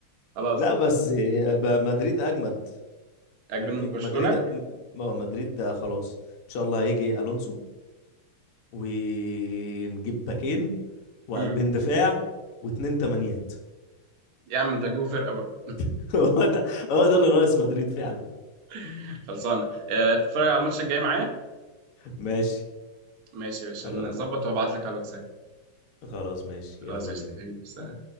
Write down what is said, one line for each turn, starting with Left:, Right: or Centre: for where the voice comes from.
Right: خلاص
Left: لا بس آه، ب- مدريد اجمد
Right: عجبني
Left: مجمي-
Right: من برشلونة
Left: مدريد م- آه، مدريد ده خلاص ان شاء الله هيجي الونسو ونجيب باكين وقلبين
Right: امم
Left: دفاع واتنين تمانيات
Right: يا عم أنت هتجيبوا فرقة بقى
Left: <laughs> هو ده هو ده اللي ناقص مدريد فعلا
Right: <laughs> خلصانة آه... تتفرج على الماتش الجاي معايا
Left: ماشي
Right: ماشي يا باشا
Left: خلاص
Right: نظبط وهبعت لك على الواتساب
Left: خلاص ماشي
Right: خلاص
Left: يلا
Right: قشطة
Left: بينا
Right: حبيبي سلام.